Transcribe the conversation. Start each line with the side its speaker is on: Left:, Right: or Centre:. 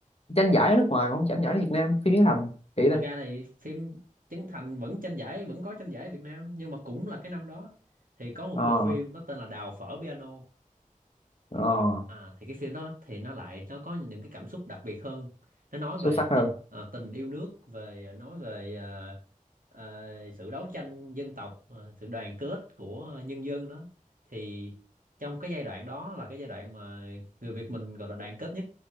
Left: tranh giải ở nước ngoài mà không tranh giải ở Việt Nam phim diễn thành kỹ đó
Right: thật ra thì phim Trấn Thành vẫn tranh giải vẫn có tranh giải Việt Nam nhưng mà cũng là cái năm đó thì có một
Left: ờ
Right: cái bộ phim nó tên là Đào phở piano
Left: ờ
Right: À, thì cái phim đó thì nó lại nó có những cái cảm xúc đặc biệt hơn nó nói
Left: xuất
Right: về
Left: sắc
Right: tình
Left: hơn
Right: ờ, tình yêu nước về à, nói về ờ, ờ, sự đấu tranh dân tộc ờ, sự đoàn kết của nhân dân đó thì trong cái giai đoạn đó là cái giai đoạn mà người Việt mình gọi là đoàn kết nhất